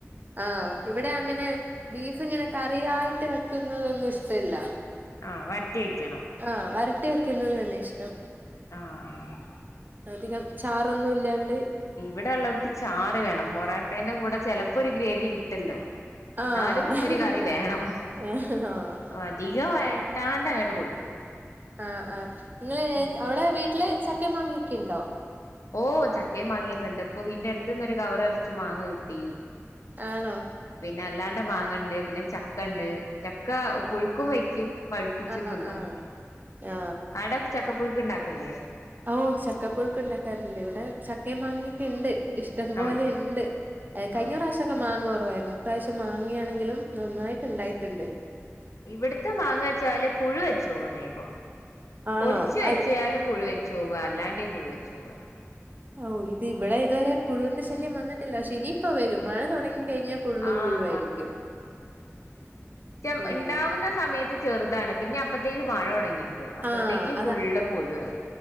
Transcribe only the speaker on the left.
ആഹ് വരട്ടി വെക്കണം
ആഹ് ആഹ്
ഇവടെ ഉള്ളോർക്ക് ചാറ് വേണം പൊറാട്ടേന്റെ കൂടെ ചെലപ്പൊ ഒര് ഗ്രേവി കിട്ടല്ലോ ഇന്നാലും
ഒരു കറി വേണം
അധികം വയട്ടാണ്ട് അങ്ങട്ട് കൊടുക്കും
ഉം
ഓഹോ ചക്കയും മാങ്ങിയൊക്കെണ്ട് ഇപ്പൊ വീട്ടിന്റെ അടുത്ത്ന്നൊരു കവറ് നർച്ചും മാങ്ങ കിട്ടി
പിന്നെ അല്ലാണ്ട മാങ്ങണ്ട് പിന്നെ ചക്ക ഇണ്ട് ചക്ക പുഴുക്കും വെയ്ക്കും പഴുപ്പിച്ച്
തിന്നും
ആടെ ചക്കപ്പുഴുക്ക് ഇണ്ടാക്കൽല്ലേ
ആഹ്
ആഹ്
ഇവിടെത്തെ മാങ്ങച്ചാല് പുഴു വെച്ചോവ വേഗം
ഒടിച്ചുവെച്ചാലും
പുഴുവെച്ചോവ അല്ലാണ്ടിം പുഴുവെച്ചോവ
ആഹ്
ച്ചം
ഇണ്ടാവുന്ന സമയത്ത് ചെറുതാണ് പിന്നെ അപ്പത്തേക്ക് മഴ തുടങ്ങിപ്പോയി അപ്പത്തേക്ക്
ഫുള്ള് പുഴു ആയി